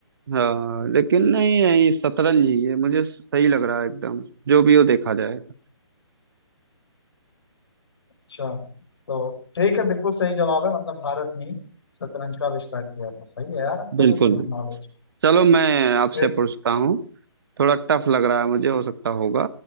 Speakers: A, on the right; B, on the left.
A: हाँ लेकिन नहीं नहीं शतरंज ही है मुझे सही लग रहा है एकदम जो भी हो देखा जाएगा
B: अच्छा तो ठीक है बिल्कुल सही जवाब है मतलब भारत ने ही शतरंज का आविष्कार किया था सही है यार आपका
A: बिल्कुल
B: तो दोनों
A: बिल्कुल
B: नॉलेज
A: चलो मैं आपसे
B: ठीक
A: पूछता हूँ थोड़ा टफ लग रहा है मुझे हो सकता होगा